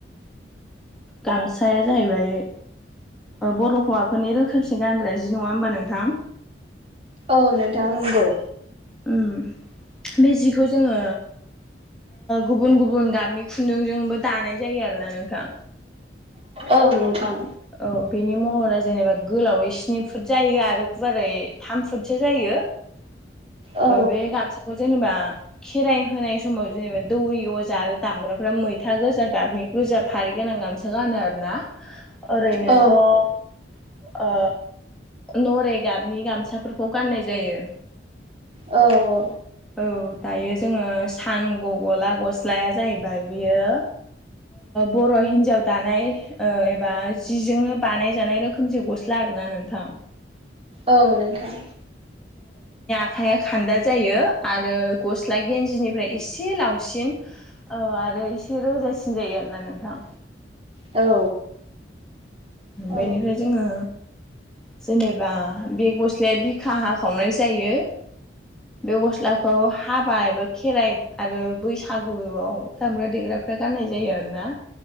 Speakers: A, in the centre; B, on the right.
A: गामसाया जाहैबाय बर' हौवाफोरनि रोखोमसे गानग्रा जि नङा होमबा नोंथां
B: औ नोंथां नंगौ
A: उम बे जिखौ जोङो गुबुन गुबुन गाबनि खुन्दुंजोंबो दानाय जायो आरोना नोंथां
B: औ नोंथां
A: औ बेनि महरा जेनेबा गोलावै स्नि फुट जायो आरो गुवारै थाम फुटसो जायो
B: औ
A: बे गामसाखौ जेनेबा खेराइ होनाय समाव जेनेबा दौरि अजा आरो दामग्राफ्रा मैथा गोजा गाबनि गोजा फारि गोनां गामसा गानो आरोना ओरैनोथ
B: औ
A: ओ नरे नि गामसाफोरखौ गाननाय जायो।
B: औ औ
A: औ दायो जोङो सान ग गला गस्लाया जाहैबाय बियो‌। बर' हिनजाव दानाय एबा जिजोंनो बानाय जानाय रोखोमसे गस्ला आरोना नोंथां
B: औ नोंथां
A: आखाया खान्दा जायो आरो गस्ला गेन्जिनिफ्राय एसे लावसिन आर रो एसे रोजासिन जायो आरोना नोंथां
B: औ औ
A: बेनिफ्राय जोङो जेनेबा बे गस्लाया बिखा हाखावनाय जायो। बे गस्लाखौ हाबा एबा खेराइ आरो बैसागुआव दामग्रा देग्राफ्रा गाननाय जायो आरोना